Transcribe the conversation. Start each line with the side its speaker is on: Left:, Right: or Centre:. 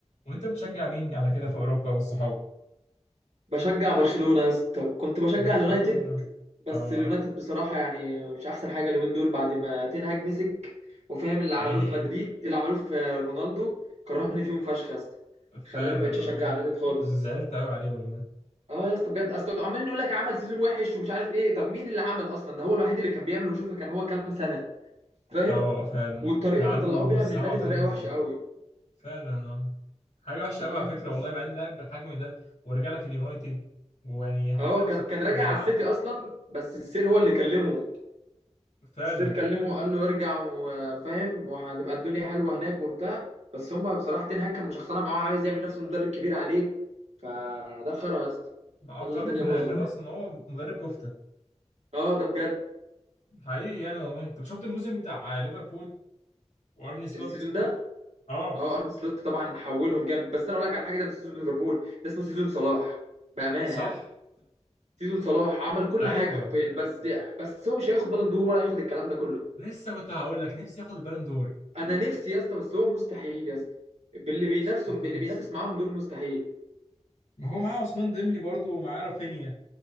Left: وانت بتشجع مين على كده في اوروبا والصحاب
Right: بشجع برشلونة يا اسطى كنت بشجع
Left: برشلونة
Right: اليونايتد بس
Left: اه
Right: اليونايتد بصراحة يعني مش أحسن حاجة اليومين دول بعد ما تنهاج مسك وفاهم اللي
Left: حقيقي
Right: عملوه في مدريد اللي عملوه في رونالدو كرهني فيهم فشخ يا اسطى
Left: فعلا
Right: خلاني مبقتش
Left: اه
Right: أشجع اليونايتد خالص
Left: زعلت قوي عليه والله
Right: اه يا اسطى بجد اصل عمالين يقول لك عمل سيزون وحش ومش عارف ايه طب مين اللي عمل اصلا ده هو الوحيد اللي كان بيعمل وشوفه كان هو كام سنة فاهم
Left: اه فعلا
Right: والطريقة
Left: كان عنده
Right: اللي طلعوه بيها
Left: 37
Right: من النادي طريقة وحشة
Left: تقريبا
Right: قوي
Left: فعلا اه حاجة وحشة قوي
Right: فاهم
Left: على فكرة والله مع ان لاعب بالحجم ده ورجع لك اليونايتد ويعني حاجة
Right: اه
Left: بصراحة
Right: كان كان راجع
Left: هتزعل
Right: على السيتي اصلا بس السير هو اللي كلمه
Left: فعلا
Right: السير كلمه وقال له ارجع وفاهم وهتبقى الدنيا حلوه هناك وبتاع بس هم بصراحه تين هاج كان مشخصنها معاه عايز يعمل نفسه مدرب كبير عليه فده خرا يا اسطى
Left: عقلوه
Right: خلى الدنيا
Left: في الاخر
Right: باظت
Left: اصلا هو مدرب كفتة
Right: اه ده بجد
Left: حقيقي يعني والله انت شفت الموسم بتاع ليفربول وارني سلوت
Right: السيزون ده
Left: اه
Right: اه ارن سلوت طبعا حولهم جامد بس انا اقول لك على حاجه ده مش سيزون ليفربول ده اسمه سيزون صلاح بامانه
Left: صح
Right: يعني سيزون صلاح عمل كل
Left: ايوه
Right: حاجه حرفيا بس بس هو مش هياخد بالون دور ولا هياخد الكلام ده كله
Left: لسه كنت هقول لك نفسي ياخد البالون دور
Right: انا نفسي يا اسطى بس هو مستحيل يا اسطى باللي بينافسهم
Left: مستحيل
Right: باللي بينافس معاهم دول مستحيل
Left: ما هو معاه عثمان ديمبلي برضو ومعاه رافينيا